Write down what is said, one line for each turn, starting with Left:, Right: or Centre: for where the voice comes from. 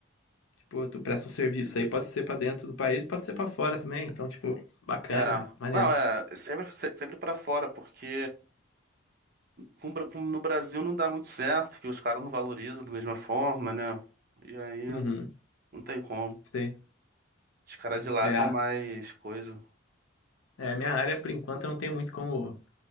Left: Tipo, tu presta um serviço aí, pode ser pra dentro do país, pode ser pra fora também, então, tipo, bacana,
Right: É.
Left: maneiro.
Right: Não, é, sempre, se- sempre pra fora, porque com o Bra- com- no Brasil não dá muito certo, que os caras não valorizam da mesma forma, né? E aí.
Left: Uhum,
Right: Não tem como.
Left: sei.
Right: Os caras de lá
Left: É,
Right: são
Left: ah,
Right: mais coisa.
Left: É, minha área, por enquanto, eu não tenho muito como,